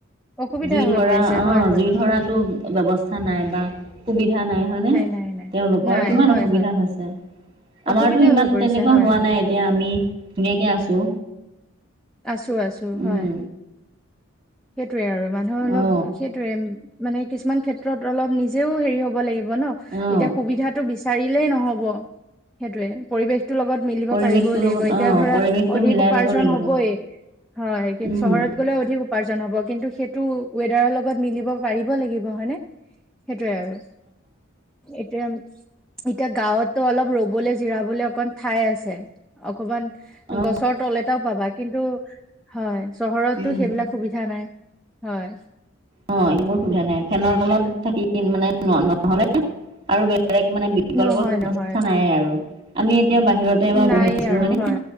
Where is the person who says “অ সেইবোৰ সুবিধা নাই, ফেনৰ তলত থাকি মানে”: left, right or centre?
Right